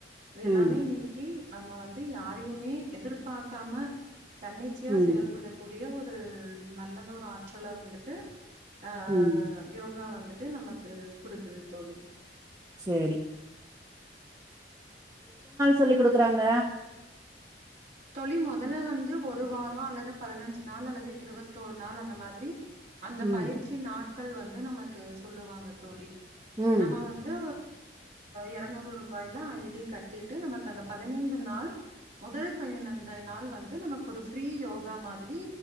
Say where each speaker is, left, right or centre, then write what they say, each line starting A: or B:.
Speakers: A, on the right; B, on the right.
A: இது எல்லாமே
B: ம்
A: நீக்கி நம்ம வந்து யாரையுமே எதிர்பார்க்காம தன்னிச்சையா
B: ம்
A: செயல்படக்கூடிய ஒரு ஒரு நல்லதோர் ஆற்றல வந்துட்டு ஆஹ் ஆஹ்
B: ம்
A: ஆஹ் யோகா வந்துட்டு நமக்கு குடுக்குது தோழி
B: செரி சொல்லி குடுக்குறாங்க
A: தோழி முதல்ல வந்து ஒரு வாரோ அல்லது பதினஞ்சு நாள் அல்லது இருவத்தோர் நாள் அந்த மாதிரி அந்த
B: ம்
A: பயிற்சி நாட் கள் வந்து நமக்கு சொல்லுவாங்க தோழி
B: ம்
A: நம்ம வந்து இருநூறு ரூபாயல ஐ டி கட்டிட்டு நமக்கு அந்த பதினைந்து நாள் முதல் பதினைந்து நாள் வந்து நமக்கு ஒரு ஃப்ரீ யோகா மாதிரி